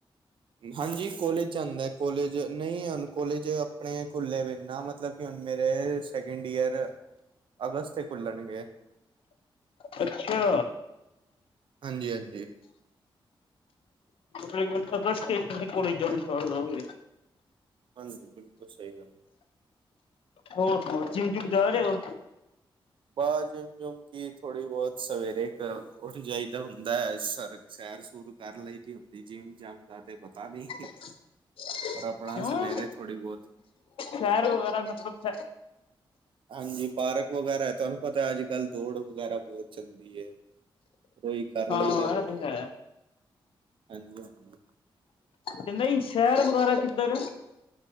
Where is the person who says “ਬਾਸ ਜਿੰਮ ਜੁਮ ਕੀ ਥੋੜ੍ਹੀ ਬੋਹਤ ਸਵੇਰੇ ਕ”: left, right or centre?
Right